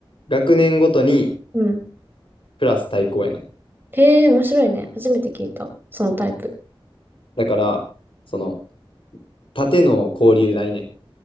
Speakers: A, on the left; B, on the right.
A: 学年ごとに、
B: うん。
A: クラス対抗やねん。
B: へえ、面白いね。初めて聞いた。そのタイプ。
A: だから、その、縦の交流ないねん。い